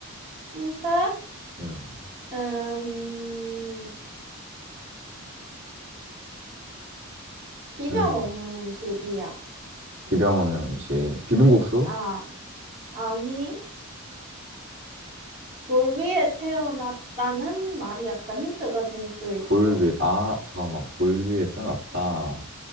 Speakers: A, on the right; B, on the right.
A: 힌트?
B: 음,
A: 음, 비벼
B: 음.
A: 먹는 음식이야.
B: 비벼 먹는 음식. 비빔국수?
A: 아, 아니. 돌 위에 태어났다는 말이 약간 힌트가 될 수 있어.
B: 돌 위에, 아, 잠깐만. 돌 위에 태어났다.